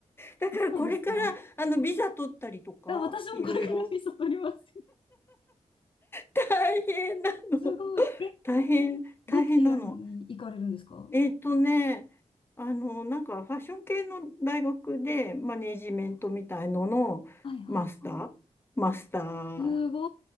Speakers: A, on the left; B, on the left.
A: だからこれから、
B: そうですかい
A: あの、ビザ取ったりとか、
B: や、私もこれからビザ取ります。
A: いろいろ大変なの。
B: <laughs> すごい。え、
A: 大変、大変なの。
B: どちらに行かれるんですかは
A: えっとね、あの、なんかファッション系の大学でマネージメントみたいののマスター、
B: いはい。
A: マスター
B: すご